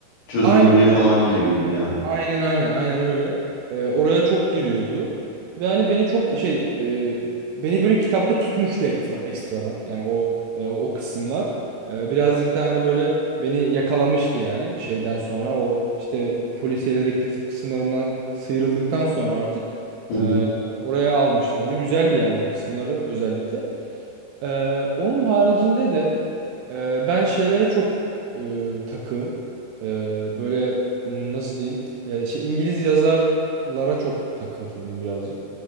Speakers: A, on the left (about 90°); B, on the right (about 80°).
A: çözümlemeye
B: Aynı
A: falan giriyor gibi yani.
B: Aynen aynen aynen öyle. Ee, oraya çok giriyordu. Ve hani beni çok şey e, beni böyle kitapta tutmuştu ekstra, ekstradan. Yani o e, o kısımlar. E, birazcık da hani böyle beni yakalamıştı yani şeyden sonra o işte polisiye dedektif kısımlarından sıyrıldıktan sonra artık
A: Hı
B: e,
A: hı.
B: oraya almıştı beni. Güzeldi yani o kısımları özellikle. Ee, onun haricinde de e, ben şeylere çok e, takığım. Ee, böyle m, nasıl diyeyim? Ee, şey İngiliz yazarlara çok takıntılıyım birazcık.